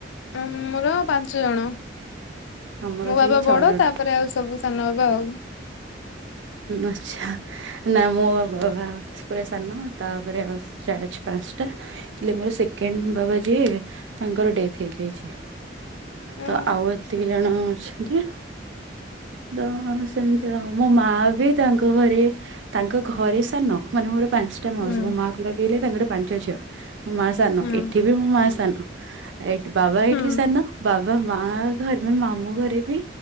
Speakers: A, on the left; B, on the right.
A: ଆମର ପାଞ୍ଚ ଜଣ ମୋ
B: ଆମର
A: ବାବା
B: ସେଇ ଛଅ
A: ବଡ
B: ଜଣ।
A: ତାପରେ ଆଉ ସବୁ। ସନ ବାବା ଆଉ
B: ଆଚ୍ଛା ନା ମୋ ବାବା ପୁରା ସାନ ତାପରେ ଆଉ ଚାରି ପାଞ୍ଚଟା ହେଲେ ମୋର ସେକେଣ୍ଡ ବାବା ଯିଏ ତାଙ୍କର ଡେଥ୍ ହେଇଯାଇଛି।
A: ଉଁ
B: ତ ଆଉ ଏତିକି ଜଣ ଅଛନ୍ତି। ତ ସେମିତି ମୋ ମା ବି ତାଙ୍କ ଘରେ? ତାଙ୍କ ଘରେ ସାନ ମାନେ ମୋର ପାଞ୍ଚ ତମାଉସୀ
A: ହୁଁ
B: ମୋ ମା କୁ ଲଗେଇଲେ ତାଙ୍କର ପାଞ୍ଚ ଝିଅ ମୋ ମା ସାନ
A: ହୁଁ
B: ଏଠି ବି ମୋ ମା ସାନ। ଏଇଠି ବାବା
A: ହୁଁ
B: ଏଇଠି ସାନ ବାବା ମା ଘରେ ମାନେ ମାମୁଁ ଘରେ ବି